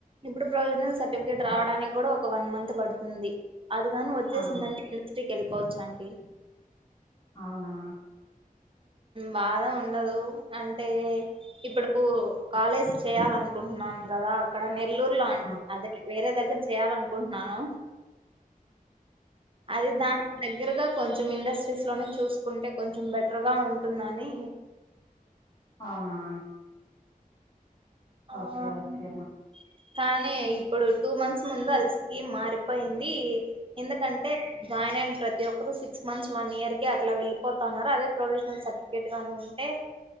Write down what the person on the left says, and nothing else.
ఆహా
అవునా
ఆహా
అవునా
ఓకే ఓకే అమ్మా